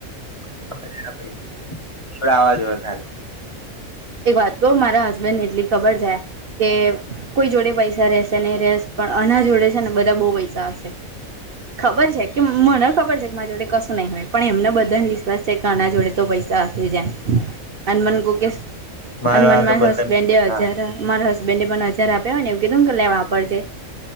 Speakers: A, on the left (about 35°); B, on the right (about 50°).
A: <inaudible> <inaudible> ખાલી
B: એક વાત કહું મારા હસબેન્ડને એટલી ખબર છે કે કોઈ જોડે પૈસા રશે નહી ર રહેશે પણ આના જોડે છે ને બધા બહુ પૈસા હશે ખબર છે કે મને ખબર છે કે માર જોડે કશું નહીં હોય પણ એમને બધાને વિશ્વાસ છે કે આના જોડે તો પૈ સા હસે જ એમ અન મન કોકે સ
A: મારા
B: અન મન માર
A: તો બધા
B: હસબન્ડ એ હજાર હસબન્ડે પણ હજાર આપ્યા હોય ને એવુ કીધુ ને કે લે વાપરજે